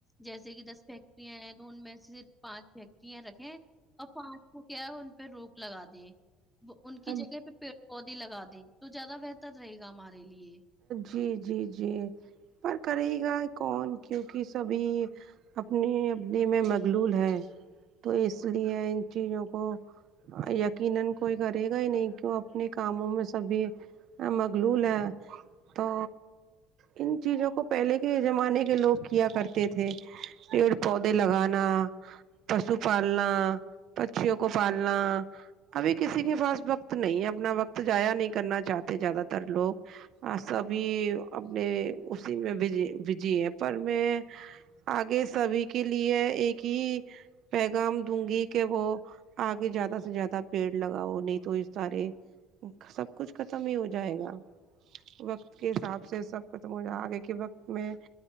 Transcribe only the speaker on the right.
اب
جی جی جی پر کرے گا کون کیونکہ سبھی اپنے اپنے میں مخلول ہیں تو اس لیے ان چیزوں کو یکیننکوئی کرے گا ہی نہیں کیوں اپنے کاموں میں سبھی مقلول ہیں تو ان چیزوں کو پہلے کے زمانے کے لوگ کیا کرتے تھے پیڑ پودے لگانا پشو پالنا پھیوں کو پالنا ابھی کسی کے پاس وقت نہیں ہے اپنا وقت جایا نہیں کرنا چاہتے زیادہ تر لوگ سبھی اپنے اسی میںج وجی ہے پر میں آگے سبھی کے لیے ایک ہی پیغام دوں گی کہ وہ آگے زیادہ سے زیادہ پیڑ لگاؤ نہیں تو اس سارے سب کچھ ختم ہی ہو جائے گا وقت کے حساب سے سب ختم آگے کے وقت میں